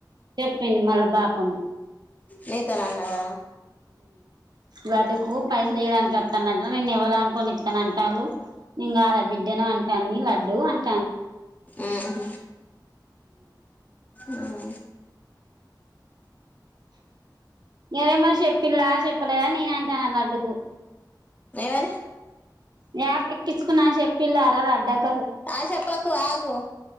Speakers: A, on the right; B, on the left.
A: చెప్పింది మళ్ళ బాపం
B: నీతో నన్నదా
A: గడ్డకు పైసలు ఈయడానికి వత్తందట నేను ఇవ్వాలనుకుని అలాంటాళ్ళు ఇంకాదా బిడ్డని అంటాంది లం <unintelligible>
B: ఆహ ఆ
A: గదే మరి షెప్పిల్ల షెప్పలేదా నేను అంటన్నా లడ్డుకు
B: ఏమని
A: మ్యాప్ ఎక్కించుకున్న అని చెప్ పిల్లారా రఢక్
B: ఆ చెప్పకు ఆగు